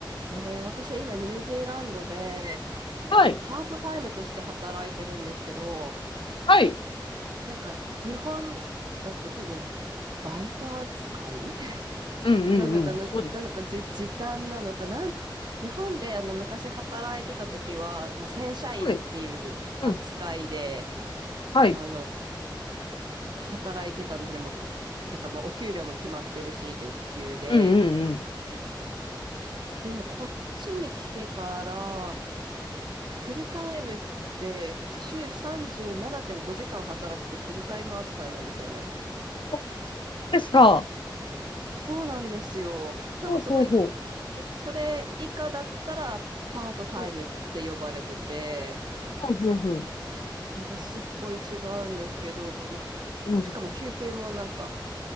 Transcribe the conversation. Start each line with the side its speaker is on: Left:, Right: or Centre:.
Right: あの、いや私今ニュージーランドで、あのパートタイムとして働いてるんですけど、
Left: はい。はい。
Right: なんか日本だと多分バイト扱い <laughs>
Left: うんうんうん。
Right: なのかな、
Left: そうです。
Right: なのかじ、時短なのかなん、日本であの昔働いてた時は、まあ、正社員っていう扱いで、
Left: はい。うん。はい。
Right: あの、働いてたんですね。もうけ、だからもうお給料も決まってるし、月給で。
Left: うんうんうん。
Right: で、でもこっちに来てから、フルタイムって週37.5時間働くとフルタイム扱いなんですよね。
Left: あそうですか。
Right: そうなんですよ。なんかすごい、
Left: ほうほうほ
Right: それ以下だったらパートタイムって呼ばれてて、
Left: う。うん。うんうんうん。
Right: なんかすっごい違うんですけど、ま、
Left: うん。
Right: しかも休憩もなんか